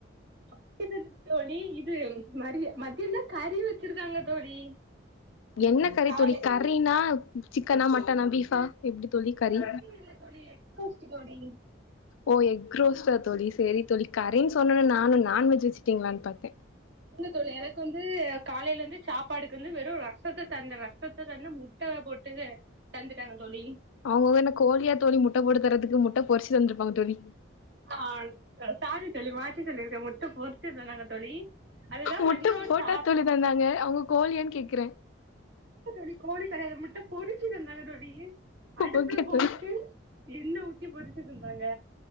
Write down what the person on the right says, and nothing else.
அப்டி இல்ல தோழி, இது மரிய மதியம்தா கறி வச்சிருக்காங்க தோழி
காலை
சிக்கன் இல்ல தோழி எக் ரோஸ்ட் தோழி
இல்ல தோழி எனக்கு வந்து காலைல இருந்து சாப்பாடுக்கு வந்து வெறு ரசத்த தந்து ரசத்த தந்து முட் ட போட்டு தந்துட்டாங்க தோழி
ஆ, சா சாரி தோழி மாத்தி சொல்லிருக்கே முட்ட பொரிச்சி தந்தாங்க தோழி அதுதா
மதியோ
சாப்
இல்ல தோழி கோழி கடையாது முட்ட பொரிச்சு தந்தாங்க தோழி அடுப்புல
போட்டு
எண்ணெ ஊத்தி பொரிச்சி தந்தாங்க